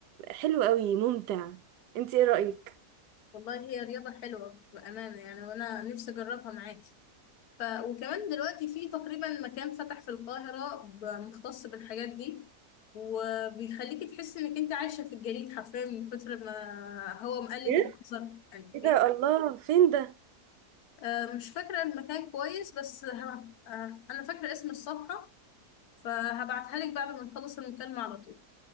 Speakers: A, on the right; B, on the left.
A: حلو قوي ممتع انت ايه رايك
B: والله هي رياضة حلوة بأمانة يعني وأنا نفسي أجربها معاكي ف... وكمان دلوقتي في تقريبا مكان فتح في القاهرة ب- مختص بالحاجات دي وبيخليكي تحسي إنك أنت عايشة في الجليد حرفيا من كتر ما هو مقلد
A: إيه؟
B: المنظر يعني بي-
A: ايه ده الله فين ده
B: آه، مش فاكرة المكان كويس بس ه- آه، أنا فاكرة اسم الصفحة فهبعتها لك بعد ما نخلص المكالمة على طول